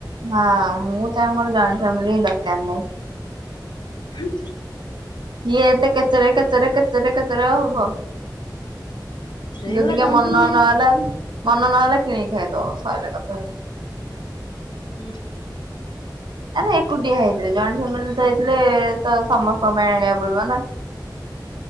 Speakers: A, on the right; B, on the left.
A: ହଁ ମୁଁ ତ ମର ଜାଇଣ୍ଟ ଫ୍ୟମିଲି ଦରକାର ନାହିଁ।
B: ହୁଁ।
A: ଇଏ ଏତେ କଚେରେ କେଚେରେ କେଚେରେ କେଚେରେ ଆଉ ହବ।
B: ସେଇଭଳିଆ
A: ଯଦି କା
B: ଜଏଣ୍ଟ
A: ମନ
B: ଫ୍ୟାମିଲି
A: ନ ହେଲା ମନ ନହଲେ କିଣିକି ଖାଇଦବ ସଇଲା କଥା।
B: ହୁଁ
A: ଆରେ ଏକୁଟିଆ ହେଇଥିଲେ ଜଏଣ୍ଟ ଫ୍ୟାମିଲି ତ ହେଇଥିଲେ ତ ସମସ୍ତ ମେ ଆଣିବାକୁ ପଡିବ ନା।